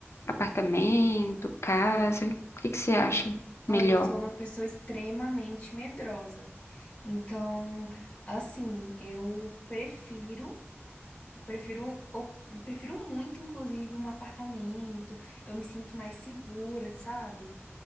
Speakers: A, on the left (about 65°); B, on the left (about 25°).
A: Apartamento, casa? O que que você acha melhor?
B: Olha, eu sou uma pessoa extremamente medrosa. Então, assim, eu prefiro, prefiro, eu prefiro muito, inclusive, um apartamento. Eu me sinto mais segura, sabe?